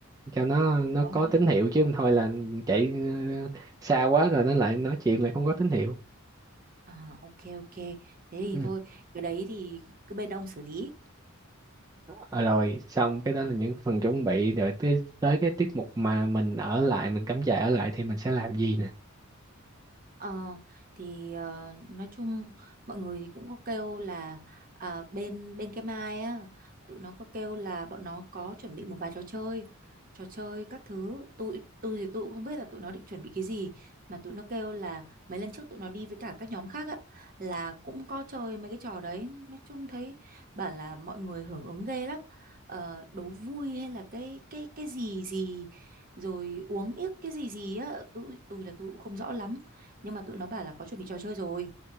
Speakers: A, on the right (about 15°); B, on the right (about 40°).
A: cho nó nó
B: Có
A: có
B: thế
A: tín
B: hả?
A: hiệu chứ không thôi là chạy ờ, xa quá rồi nó lại nói chuyện lại không có tín hiệu
B: À, ok ok. Thế thì
A: ừ.
B: thôi, cái đấy thì cứ bên ông xử lý.
A: Ờ, rồi xong cái đó là những phần chuẩn bị rồi tới, tới cái tiết mục mà mình ở lại mình cắm trại ở lại thì mình sẽ làm gì nè
B: Ờ, thì ờ, nói chung mọi người thì cũng có kêu là à, bên bên cái Mai á tụi nó có kêu là bọn nó có chuẩn bị một vài trò chơi trò chơi các thứ tôi tôi thì tôi cũng không biết là tụi nó định chuẩn bị cái gì mà tụi nó kêu là mấy lần trước tụi nó đi với cả các nhóm khác á là cũng có chơi mấy cái trò đấy nói chung thấy bảo là mọi người hưởng ứng ghê lắm Ờ, đố vui hay là cái cái cái gì gì rồi uống yếc cái gì gì á tôi tôi là tôi cũng không rõ lắm nhưng mà tụi nó bảo là có chuẩn bị trò chơi rồi